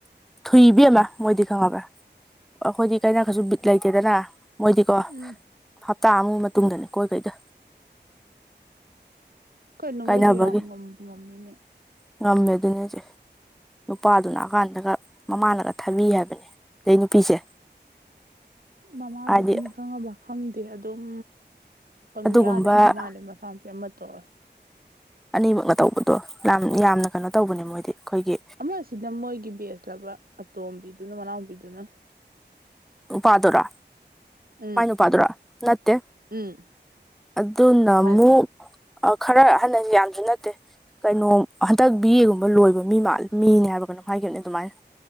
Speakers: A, in the centre; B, on the right.
A: ꯊꯨꯏ ꯏꯕꯦꯝꯃ ꯃꯣꯏꯗꯤ ꯈꯪꯉꯕ꯭ꯔꯥ ꯑꯩꯈꯣꯏꯗꯤ ꯀꯅꯥꯀꯁꯨ ꯕꯤꯠ ꯂꯩꯇꯦꯗꯅ ꯃꯣꯏꯗꯤꯀꯣ
B: ꯎꯝ
A: ꯍꯞꯇꯥ ꯑꯃꯒꯤ ꯃꯇꯨꯡꯗꯅꯦꯅꯤ ꯀꯣꯏ ꯀꯩꯗ
B: ꯀꯩꯅꯨ
A: ꯀꯥꯏꯅꯕꯒꯤ
B: ꯃꯣꯏꯖꯤ ꯌꯥꯝ ꯉꯝꯕ ꯉꯃꯤꯅꯦ
A: ꯉꯝꯃꯦ ꯑꯗꯨꯅꯦ ꯍꯥꯏꯖꯦ ꯅꯨꯄꯥꯗꯨ ꯂꯥꯛꯑꯀꯥꯟꯗꯒ ꯃꯃꯥꯗꯨꯅ ꯊꯝꯃꯤ ꯍꯥꯏꯕꯅꯦ ꯑꯗꯩ ꯅꯨꯄꯤꯁꯦ
B: ꯃꯃꯥꯗꯨꯁꯨꯅꯤ
A: ꯍꯥꯏꯗꯤ
B: ꯈꯪꯉꯕ ꯈꯪꯗꯦ ꯑꯗꯨꯝ ꯄꯪꯌꯥꯗ
A: ꯑꯗꯨꯒꯨꯝꯕ
B: ꯌꯥꯝ ꯃꯥꯜꯂꯦ ꯃꯆꯥ ꯃꯨꯄꯤ ꯑꯃ ꯇꯧꯔꯁꯨ
A: ꯑꯅꯤꯃꯛꯅ ꯇꯧꯕꯗꯣ ꯌꯥꯝ ꯌꯥꯝꯅ ꯀꯩꯅꯣ ꯇꯧꯕꯅꯦ ꯃꯣꯏꯗꯤ ꯑꯩꯈꯣꯏꯒꯤ
B: ꯑꯃꯁꯤꯅ ꯃꯣꯏꯒꯤ ꯕꯦꯁꯂꯕ ꯑꯇꯣꯝꯕꯤꯗꯨꯅ ꯃꯅꯥꯎꯄꯤꯗꯨꯅ
A: ꯄꯥꯗꯨꯔꯥ
B: ꯎꯝ
A: ꯃꯥꯏ ꯅꯨꯄꯥꯗꯨꯔꯥ ꯅꯠꯇꯦ
B: ꯎꯝ
A: ꯑꯗꯨꯅ
B: ꯑꯍꯟ
A: ꯑꯃꯨꯛ ꯑ ꯈꯔ ꯑꯍꯟ ꯍꯥꯏꯖꯤ ꯌꯥꯝꯁꯨ ꯅꯠꯇꯦ ꯀꯩꯅꯣ ꯍꯟꯗꯛ ꯕꯤ ꯑꯦꯒꯨꯝꯕ ꯂꯣꯏꯕ ꯃꯤ ꯃꯥꯂ ꯃꯤꯅꯦ ꯍꯥꯏꯕ꯭ꯔꯒꯩꯅꯝ ꯍꯥꯏꯒꯅꯤ ꯑꯗꯨꯃꯥꯏꯅ